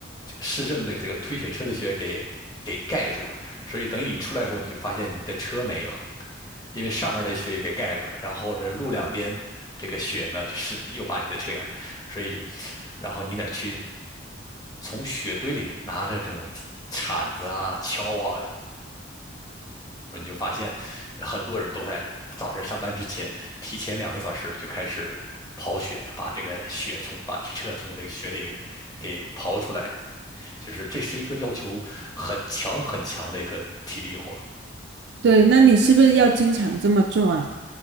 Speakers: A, on the left; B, on the right.
A: 市政的这个推雪车的雪给给盖住了。所以等你出来的时候，你就发现你的车没了，因为上面的雪也给盖住了，然后这路两边这个雪呢，这是又把你的车，所以然后你得去从雪堆里拿着这种铲子啊、锹啊，你就发现很多人都在早晨上班之前提前两个小时就开始刨雪，把这个雪从把车从这个雪里给给刨出来，就是这是一个要求很强很强的一个体力活。
B: 对那你是不是要经常这么做啊？